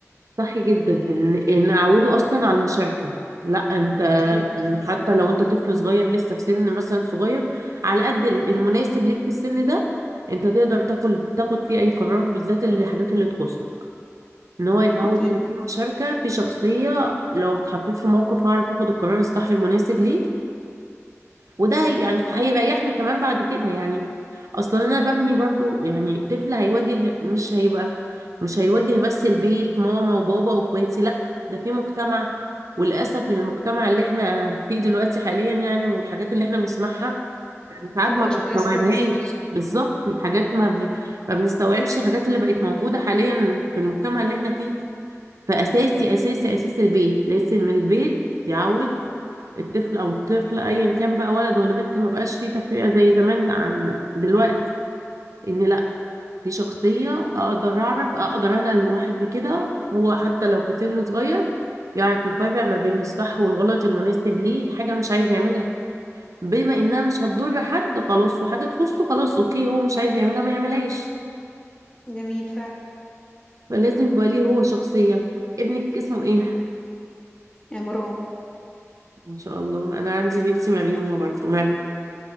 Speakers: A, on the right; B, on the left.
A: صح جدا ان ان اعوده اصلا على المشاركه لا انت
B: بالظبط.
A: إن حتى لو انت طفل صغير لسه في سن مثلا صغير على قد ال- المناسب ليك في السن ده انت تقدر تاخد تاخد فيه اي قرار بالذات الحاجات اللي تخصك ان هو يتعود
B: اكيد
A: ان في مشاركة في شخصية لو اتحطيت في موقف هعرف اخد القرار الصح المناسب ليه وده هي- يعني هيريحني كمان بعد كده يعني اصلا انا ببني برضو يعني طفل هيواجه مش هيبقى مش هيواجه بس البيت ماما وبابا واخواتي لا ده في مجتمع وللاسف المجتمع اللي احنا فيه دلوقتي حاليا يعني والحاجات اللي احنا بنسمعها ساعات
B: مبقاش
A: ما بنستوعبهاش
B: كويس خالص
A: بالظبط الحاجات ما ب... ما بنستوعبش الحاجات اللي بقت موجودة حاليا في المجتمع اللي احنا فيه فأساسي أساسي أساس البيت لازم من البيت يعود الطفل أو الطفلة أيا كان بقى ولد ولا بنت ما بقاش فيه تفرقة زي زمان عن دلوقتي إن لأ في شخصية أقدر أعرف أقدر أنا لوحدي كده هو حتى لو في سن صغير يعرف يفرق ما بين الصح والغلط المناسب ليه حاجة مش عايز يعملها بما إنها مش هتضر حد خلاص وحاجة تخصه خلاص أوكي هو مش عايز يعملها ما يعملهاش
B: جميل فعلا
A: فلازم يبقى ليه هو شخصية ابنك اسمه إيه؟
B: يا مروة
A: ما شاء الله انا عندي بنتي مريومه برضو مريم